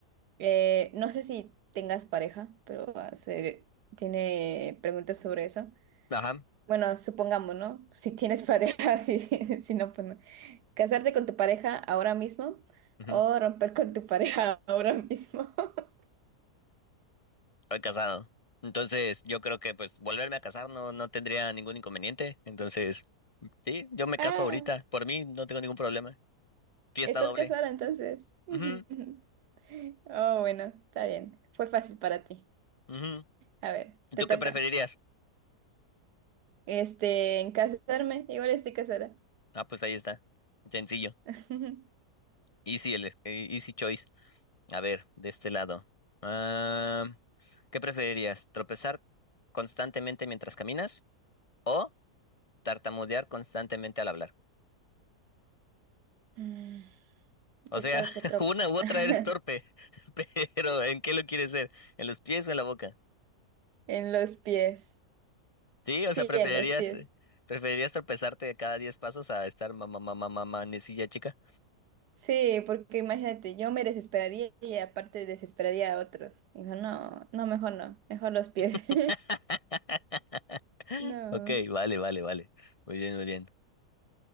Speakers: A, on the right; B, on the left.
A: Eh, no sé si tengas pareja, pero va a ser- tiene preguntas sobre eso.
B: Ajá.
A: Bueno, supongamos, ¿no? <laughs> Si tienes pareja, <laughs> sí, sí, si no, pues no. ¿Casarte con tu pareja ahora mismo
B: Ujú.
A: o romper con tu pareja ahora mismo? <laughs>
B: Soy casado. Entonces, yo creo que pues volverme a casar no, no tendría ningún inconveniente. Entonces, sí, yo me
A: Ah,
B: caso ahorita. Por mí no tengo ningún problema. Fiesta
A: ¿estás
B: doble.
A: casada entonces? <laughs>
B: Ujú,
A: Oh, bueno, está bien. Fue fácil para ti.
B: ujú.
A: A ver, te
B: ¿Tú
A: toca.
B: qué preferirías?
A: Este, en casarme, igual estoy casada.
B: Ah, pues ahí está. Sencillo.
A: <laughs>
B: Easy, el, eh, easy choice. A ver, de este lado. Ah, ¿qué preferirías? ¿Tropezar constantemente mientras caminas o tartamudear constantemente al hablar?
A: Mm, Yo
B: O sea,
A: creo
B: <laughs>
A: que otro...
B: una u
A: <laughs>
B: otra eres torpe, <laughs> pero ¿en qué lo quieres ser? ¿En los pies o en la boca?
A: en los pies.
B: Sí,
A: Sí,
B: o sea, preferirías,
A: en los pies.
B: eh, preferirías tropezarte cada 10 pasos a estar mamá, mamá, mamá, necilla chica.
A: Sí, porque imagínate, yo me desesperaría y aparte desesperaría a otros. Dijo, no, no, mejor no, mejor los pies.
B: <laughs>
A: <laughs> No.
B: Ok, vale, vale, vale. Muy bien, muy bien.